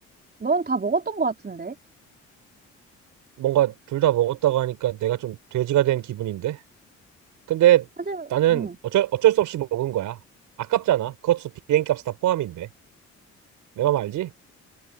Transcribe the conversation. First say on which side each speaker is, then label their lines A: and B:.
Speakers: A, on the right; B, on the right.
A: 넌 다 먹었던 것 같은데?
B: 뭔가 둘 다 먹었다고 하니까 내가 좀 돼지가 된 기분인데? 근데
A: 사실,
B: 나는
A: 음,
B: 어쩔, 어쩔 수 없이 먹은 거야. 아깝잖아. 그것도 비행값 다 포함인데. 내 맘 알지?